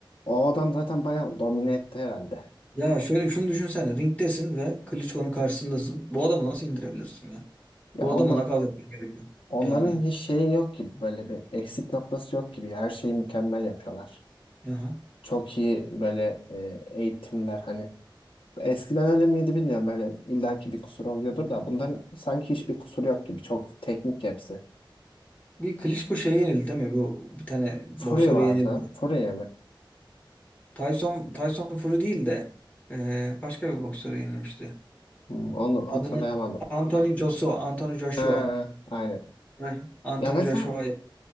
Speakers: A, on the left; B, on the left.
A: o adam zaten bayağı domine etti herhalde.
B: Ya şöyle şunu düşünsene. Ringdesin ve Klitschko'nun karşısındasın. Bu adamı nasıl indirebilirsin ya?
A: Ya
B: Bu
A: onlar,
B: adamı nakavt etmen gerekiyor.
A: Onların
B: Yani.
A: hiç şeyi yok gibi böyle bir eksik noktası yok gibi her şeyi mükemmel yapıyorlar.
B: Aha.
A: Çok iyi böyle e, eğitimler hani eskiden öyle miydi bilmiyorum böyle illaki bir kusur oluyordur da bunların sanki hiçbir kusur yok gibi çok teknik hepsi.
B: Bir Klitschko şeye yenildi değil mi? Bu bir tane boksöre
A: Fury vardı.
B: yenildi.
A: Fury mi?
B: Tyson Tyson Fury değil de eee, başka bir boksöre yenilmişti.
A: Hmm, onu
B: Adını
A: hatırlayamadım.
B: Anthony Joshua, Anthony Joshua.
A: Ha, aynen.
B: Heh. Anthony
A: Ya mesela
B: Joshua